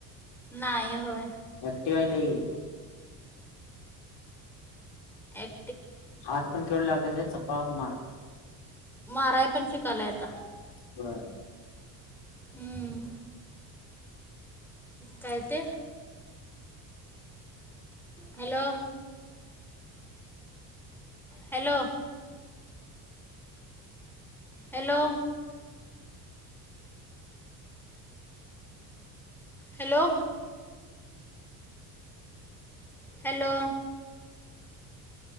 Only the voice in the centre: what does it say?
नाही होय.
एक.
माराय पण शिकायलाय आता.
हम्म. काय ते. Hello. Hello. Hello. Hello. Hello.